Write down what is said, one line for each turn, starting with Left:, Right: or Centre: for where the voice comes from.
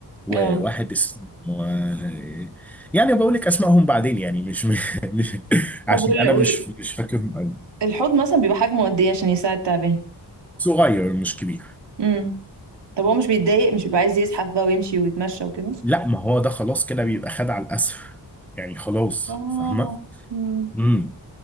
Centre: وواحد
Right: اه
Centre: اسمه آه، يعني بقول لك اسمائهم بعدين يعني مش <laughs> مش
Right: طب
Centre: عشان
Right: وال...
Centre: انا
Right: وال...
Centre: مش مش فاكرهم قوي
Right: الحوض مثلا بيبقى حجمه قد ايه عشان يساعد تعبان
Centre: صغير مش كبير
Right: امم طب هو مش بيتضايق مش بيبقى عايز يزحف بقى ويمشي ويتمشى وكده
Centre: لا ما هو ده خلاص كده بيبقى خد على الاسف يعني خلاص
Right: اه
Centre: فاهمه
Right: امم
Centre: امم